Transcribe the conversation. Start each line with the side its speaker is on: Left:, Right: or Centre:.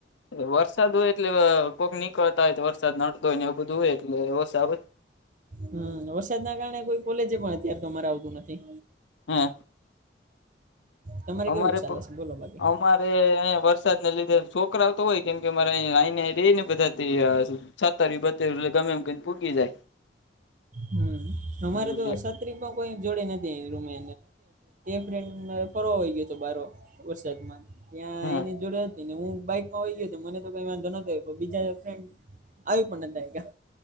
Left: વરસાદ હોય એટલે કોઈક નીકળતા હોય તો વરસાદ નડતો હોય ને એવુ બધું હોય એટલે એબ
Right: હમ્મ, વરસાદ ના કારણે કોઈ કોલેજ પણ અત્યારે તો અમારે આવતું નથી.
Left: હા.
Right: તમારે
Left: અમારે
Right: કેવું ચાલે
Left: તો,
Right: છે બોલો બાકી
Left: આમ અમારે અહીંયા વરસાદ ને લીધે છોકરો આવતો હોય કેમ કે અમારે આને રહી ને બધાથી. છતર બતેર એટલે ગમે એમ કેને ભૂગી જાય,
Right: હમ અમારે
Left: એટલે.
Right: તો છત્રી પણ કોઈ જોડે નથી રૂમે ફ્રેન્ડને ફરવા હો ગયો હતો બારે. વરસાદમાં ત્યાં
Left: હા
Right: એની જોડે એની હું બાઈકમાં હોય ગયો મને તો કઈ વાંધો નતોયો બીજા ફડ આવ્યું પણ નતા.